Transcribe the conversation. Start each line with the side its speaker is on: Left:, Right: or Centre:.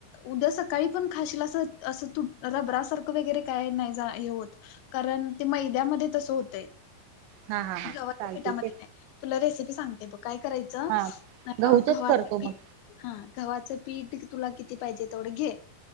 Left: उद्या सकाळी पण खाशीला अस असं तु रबरा सारखं वगैरे काय नाही हे होत. कारण ते मैद्यामध्ये तस होतय,
Right: हा हा हा
Left: गव्हाच्या
Right: चालते
Left: पिठामध्ये
Right: ते
Left: नाही‌. तुला रेसिपी सांगते बघ काय करायचं
Right: हा गहूचच
Left: गव्हाच
Right: करतो मग
Left: पी हा गव्हाचं पीठ तुला किती पाहिजे तेवढं घे.